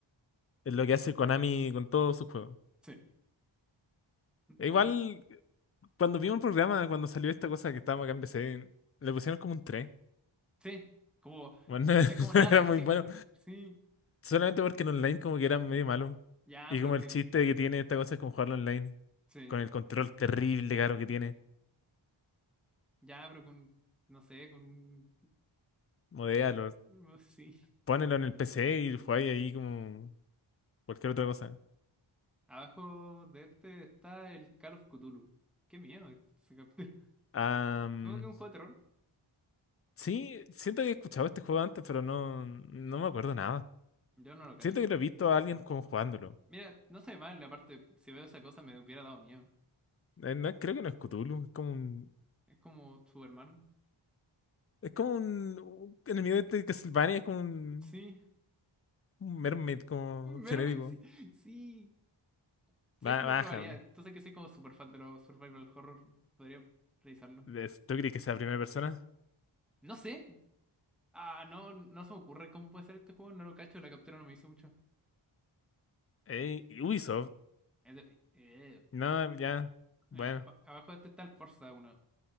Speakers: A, on the left; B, in the centre.
A: Es lo que hace Konami con todos sus juegos.
B: Sí,
A: E
B: como,
A: igual, cuando vimos el programa, cuando salió esta cosa que estábamos acá en PC, le pusieron como un 3.
B: sí, como,
A: Bueno,
B: n-
A: <laughs>
B: como nada,
A: no era
B: ni
A: muy
B: si,
A: bueno.
B: n- sí,
A: Solamente porque en online como que era medio malo.
B: ya,
A: Y
B: pero
A: como
B: que,
A: el chiste que tiene esta cosa es como jugarlo online.
B: sí,
A: Con el control terrible caro que tiene.
B: ya, pero con, no sé, con,
A: Modéalo.
B: <laughs> sí.
A: Ponelo en el PC y jugáis ahí como cualquier otra cosa.
B: Abajo de este está el Call of Cthulhu. Qué miedo ese capítulo. <laughs>
A: Am,
B: ¿Cómo que un juego de terror?
A: sí, siento que he escuchado este juego antes, pero no, no me acuerdo nada.
B: Yo no lo cacho.
A: Siento que lo he visto a alguien como jugándolo.
B: Mira, no sé mal, aparte, si veo esa cosa me hubiera dado miedo.
A: Eh, no, creo que no es Cthulhu, es como un,
B: Es como su hermano.
A: es como un, un enemigo de este de Castlevania, es como un,
B: Sí,
A: un mermaid como
B: <laughs> Mermaid,
A: genérico.
B: sí, sí. ¿Sabes
A: Ba-
B: que lo
A: Baja.
B: probaría? Tú sabes que soy como súper fan de los survival horror. Podría revisarlo.
A: Es- ¿Tú crees que sea primera persona?
B: No sé. Ah, no, no se me ocurre cómo puede ser este juego. No lo cacho, la captura no me hizo mucho.
A: Eh, Ubisoft.
B: Es de- eh,
A: No, ya.
B: Bueno,
A: Bueno.
B: aba- abajo de este está el Forza uno,